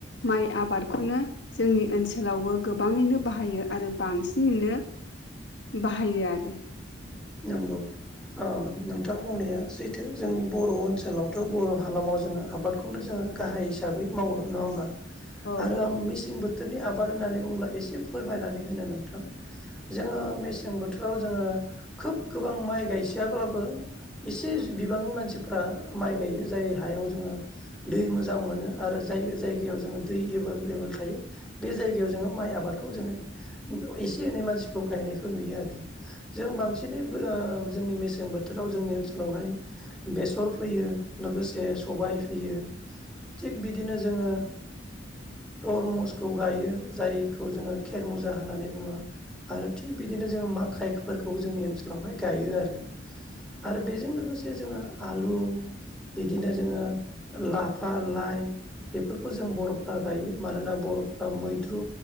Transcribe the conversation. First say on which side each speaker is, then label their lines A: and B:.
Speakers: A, on the left (about 70°); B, in the centre.
A: माइ आबादखौनो जोंनि ओनसोलावबो गोबाङैनो बाहायो आरो बांसिनैनो बाहायो आरो।
B: नोंगौ। ओ नोंथां बुंनाया सैथो जोंनि बर' ओनसोलावथ' बर' हालामाव जोङो आबादखौ खौनो जोङो गाहाय हिसाबै मावो नङा होमबा।
A: औ
B: आरो आं मेसें बोथोरनि आबाद होननानै बुङोब्ला एसे फोरमायनानै होनो नोंथां। जोङो मेसें बोथोराव जोङो खोब गोबां माइ गायसेयाब्लाबो इसे बिबांनि मानसिफ्रा माइ गायो जाय हायाव जोङो दै मोजां मोनो आरो जाय जाय जो दैेबोेल थायो बे जायगायाव जोङो माइ आबादखौ जै एसे एनै मानसिखौ गायनायखौ नुयो आरो जों बांसिनै जोंनि मेसें बोथोराव जोंनि ओनसोलावहाय बेसर फैयो लोगोसे सबाय फैयो थिग बिदिनो जोङो तरमुसखौ गायो जायखौ जोङो खेर मुजा होननानै बुङो। आरो थिग बिदिनो जोङो माखाइफोरखौ जोंनि ओनसोलावहाय गायो आरो आरो बेजों लोगोसे जोङो आलु बिदिनो जोङो लाफा लाइ बेफोरखौ जों बर'फ्रा गायो मानोना बर'फ्रा मैद्रु